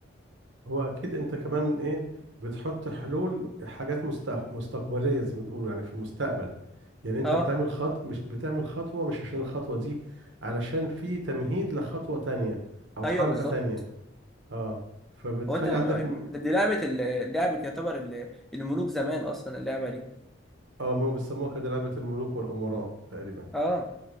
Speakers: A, on the right; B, in the centre.
A: هو اكيد انت كمان ايه بتحط حلول حاجات مستق... مستقبليه زي ما بيقولوا يعني في المستقبل يعني انت
B: اه
A: بتعمل خط مش بتعمل خطوه مش عشان الخطوه دي علشان في تمهيد لخطوه تانية او
B: ايوه
A: حركه
B: بالظبط
A: تانية اه فبتخلي
B: هو انت م-
A: عندك م...
B: م- دي لعبه ال- لعبه يعتبر ال- الملوك زمان اصلا اللعبه دي
A: اه هم بيسموها كده لعبه الملوك والامراء تقريبا
B: اه